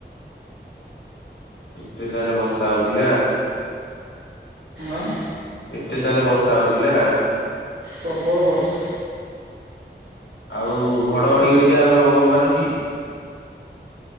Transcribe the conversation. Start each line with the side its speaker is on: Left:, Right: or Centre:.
Left: ଏତେ ତାହେଲେ ବର୍ଷା ହଉଚି ନା।
Right: ହଁ
Left: ଏତେ ତାହେଲେ ବର୍ଷା ହଉଛି ନା।
Right: ପ୍ରବଳ ବର୍ଷା।
Left: ଆଉ ଘଡଘଡି ଘେରିକା ଅଃ କଣ ମାରୁଛି?